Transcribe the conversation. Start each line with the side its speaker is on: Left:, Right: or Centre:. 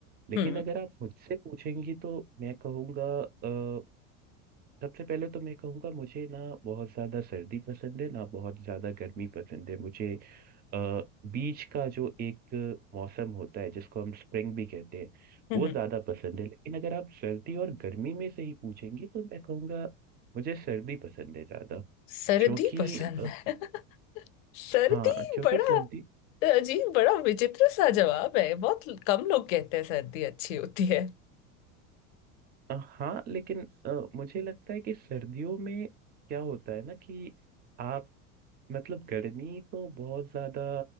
Right: लेकिन
Left: हम्म
Right: अगर आप मुझसे पूछेंगी तो मैं कहूँगा अ, सबसे पहले तो मैं कहूँगा मुझे ना बहुत ज़्यादा सर्दी पसंद है ना बहुत ज़्यादा गर्मी पसंद है मुझे अ, बीच का जो एक मौसम होता है जिसको हम स्प्रिंग भी कहते हैं
Left: हम्म
Right: वो ज़्यादा पसंद है लेकिन अगर आप सर्दी और गर्मी में से ही पूछेंगी तो मैं कहूँगा मुझे सर्दी पसंद है ज़्यादा
Left: सर्दी
Right: क्योंकि
Left: पसंद
Right: अ,
Left: है <laughs> सर्दी
Right: हाँ क्योंकि
Left: बड़ा
Right: सर्दी
Left: अजीब बड़ा विचित्र सा जवाब है बहुत कम लोग कहते हैं सर्दी अच्छी होती है
Right: अ, हाँ लेकिन अ, मुझे लगता है कि सर्दियों में क्या होता है ना कि आप मतलब गर्मी तो बहुत ज्यादा